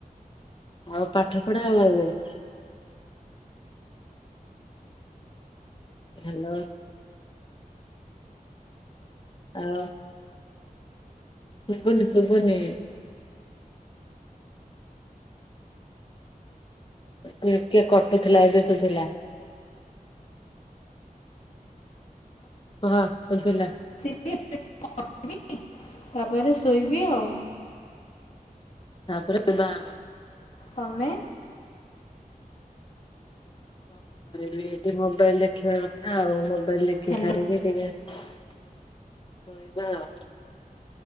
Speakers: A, on the left; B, on the left.
A: ଆଉ ପାଠପଢା। <unintelligible> ହାଲୋ ଆଉ ଶୁଭୁନି ଶୁଭୁନି। ତୁଇକେ କଟୁଥିଲା ଏବେ ଶୁଭିଲା। ହଁ ଶଭିଲା।
B: ଲି ଏବେ ପଢିବି। ତାପରେ ଶୋଇବି ଆଉ।
A: ତାପରେ। <unintelligible>
B: ତମେ?
A: କଣ କରିବି ଏଇଠି ମୋବାଇଲ ଦେଖିବା କଥା ଆଉ ମୋବାଇଲ ଦେଖି
B: ହ୍ୟାଲୋ
A: ସାରିକି ଟିକେ ଶୋଇବା ଆଉ।